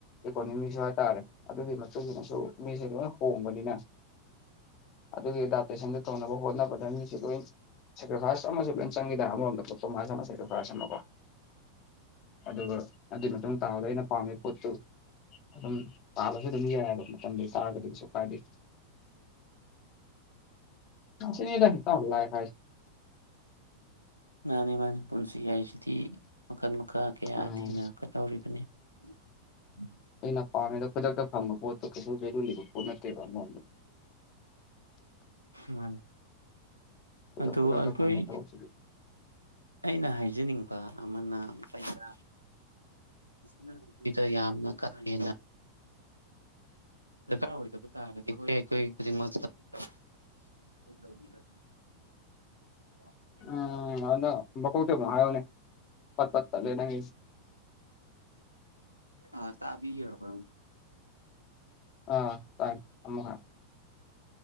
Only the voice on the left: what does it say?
ꯏꯀꯣꯅꯣꯃꯤꯁꯨ ꯍꯥꯏ ꯇꯔꯦ ꯑꯗꯨꯒꯤ ꯃꯇꯨꯡ ꯏꯟꯅꯁꯨ ꯃꯤꯁꯦ ꯂꯣꯏ ꯍꯣꯡꯕꯅꯤꯅ ꯑꯗꯨꯒꯤ ꯑꯦꯗꯥꯞꯇꯦꯁꯟꯗꯨ ꯇꯧꯅꯕ ꯍꯣꯠꯅꯕꯗ ꯃꯤꯁꯦ ꯂꯣꯏ ꯁꯦꯀ꯭ꯔꯤꯐꯥꯏꯁ ꯑꯃꯁꯨ ꯐꯖ ꯆꯪꯏꯗ ꯑꯃꯣꯝꯗ ꯄꯛꯄ ꯃꯥꯁꯦ ꯃꯁꯥꯏꯗ ꯐꯔꯁꯤꯅꯕꯣ ꯑꯗꯨꯒ ꯑꯗꯨꯏ ꯃꯇꯨꯡ ꯇꯥꯕꯗ ꯑꯩꯅ ꯄꯥꯝꯃꯦ ꯄꯣꯠꯇꯨ ꯑꯗꯨꯝ ꯇꯥꯕꯁꯨ ꯑꯗꯨꯝ ꯌꯥꯏꯑꯕ ꯃꯇꯝꯗꯨ ꯇꯥꯔꯒꯗꯤ ꯀꯩꯁꯨ ꯀꯥꯏꯗꯦ ꯁꯤꯅꯤꯗ ꯏꯇꯥꯎ ꯂꯥꯢ ꯍꯥꯢ
ꯎꯝ
ꯑꯩꯅ ꯄꯥꯝꯃꯤꯗ ꯈꯨꯗꯛꯇ ꯐꯪꯕ ꯄꯣꯠꯇꯣ ꯀꯩꯁꯨ <unintelligible> ꯂꯤꯕ ꯄꯣꯠ ꯅꯠꯇꯦꯕꯉꯣꯟꯗ
ꯈꯨꯗꯛ
ꯈꯨꯗꯛꯇ
ꯐꯪꯕ ꯊꯕꯛꯁꯤꯗꯤ
ꯎꯝ ꯍꯅ ꯃꯀꯣꯛꯇꯩ ꯑꯃꯨꯛ ꯍꯥꯢꯌꯨꯅꯦ ꯄꯠ ꯄꯠ ꯇꯠꯂꯦ ꯅꯪꯒꯤꯁꯦ
ꯑꯥ ꯇꯥꯏ ꯑꯃꯨꯀ